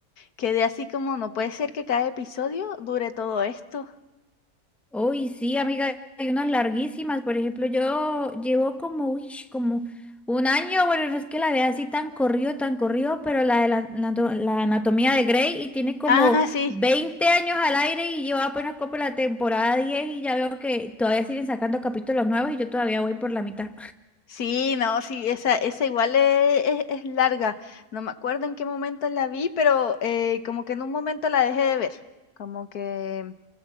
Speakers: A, on the left (about 85°); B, in the centre.
A: quedé así como, no puede ser que cada episodio dure todo esto.
B: Uy, sí, amiga, hay unas larguísimas. Por ejemplo, yo llevo como, uy, como un año, bueno, no es que la vea así tan corrido, tan corrido, pero la de la, la anato- la anatomía de Grey y tiene como
A: Ah, sí,
B: 20 años al aire y yo apenas como la temporada 10 y ya veo que todavía siguen sacando capítulos nuevos y yo todavía voy por la mitad.
A: Sí, no, sí, esa, esa igual es, es- es larga. No me acuerdo en qué momento la vi, pero eh, como que en un momento la dejé de ver, como que,